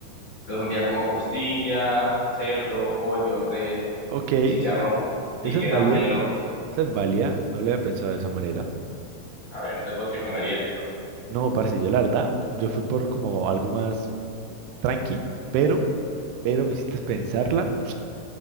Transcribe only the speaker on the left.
Entonces un día como costilla, cerdo, pollo, res,
chicharrón
y
queda
melo.
A ver, entonces vos qué comerías?